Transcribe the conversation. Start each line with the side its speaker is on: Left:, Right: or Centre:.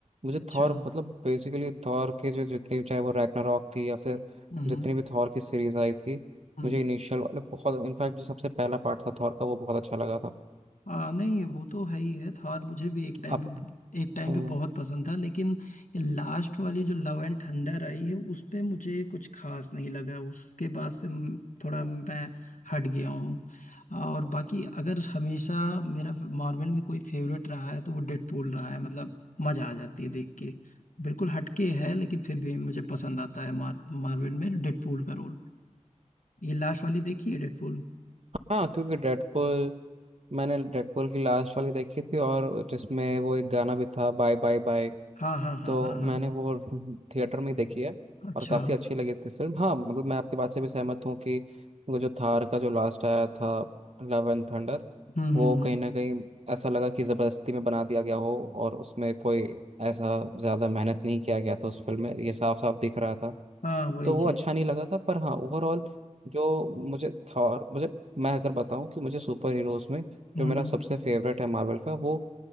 Right: मुझे
Left: अच्छा
Right: थॉर मतलब बेसिकली थॉर के जो जितनी चाहे वो रैग्नारॉक थी या फिर
Left: हम्म
Right: जितनी भी थॉर की सीरीज आई थी
Left: हम्म
Right: मुझे इनिशियल वाले बहुत इनफैक्ट जो सबसे पहला पार्ट था थॉर का वो बहुत अच्छा लगा था
Left: हाँ नहीं वो तो है ही है थॉर मुझे भी एक टाइम
Right: आप
Left: पे एक टाइम
Right: हम्म,
Left: पे बहुत पसंद था लेकिन ये लास्ट वाली जो लव एंड थंडर आई है उस पे मुझे कुछ खास नहीं लगा उसके बाद से म- थोड़ा मैं हट गया हूँ और बाकी अगर हमेशा मेरा मार्वल में कोई फेवरेट रहा है तो वो डेडपूल रहा है मतलब मजा आ जाती है देख के बिल्कुल हटके है लेकिन फिर भी मुझे पसंद आता है मार, मार्वल में डेडपूल का रोल ये लास्ट वाली देखी है डेडपूल
Right: हाँ क्योंकि डेडपुल मैंने डेडपुल की लास्ट वाली देखी थी और जिसमें वो एक गाना भी था बाय बाय बाय
Left: हाँ हाँ हाँ
Right: तो
Left: हाँ हाँ
Right: मैंने वो थिएटर में ही देखी है
Left: अच्छा
Right: और काफ़ी अच्छी लगी थी फिल्म हाँ मतलब मैं आपकी बात से भी सहमत हूँ कि वो जो थार का जो लास्ट आया था लव एंड थंडर
Left: हम्म
Right: वो
Left: हम्म हम्म
Right: कहीं ना कहीं ऐसा लगा कि ज़बरदस्ती में बना दिया गया हो और उसमें कोई ऐसा ज़्यादा मेहनत नहीं किया गया था उस फिल्म में ये साफ साफ दिख रहा था
Left: हाँ वही
Right: तो
Left: चीज
Right: वो अच्छा नहीं लगा था पर हाँ ओवरऑल जो मुझे थॉर मुझे मैं अगर बताऊं कि मुझे सुपर हीरोज़ में
Left: हम्म
Right: जो मेरा सबसे फेवरेट है मार्वल का वो